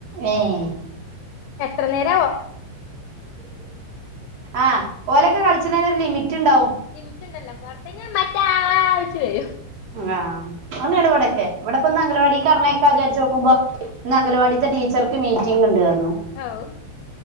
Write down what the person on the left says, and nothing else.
എത്ര നേരവോ?
ലിമിട്ടണ്ടല്ലോ കൊറച്ചഞാ ഇമ്മറ്റാ വിളിച്ച് വരും.
ഔഹ്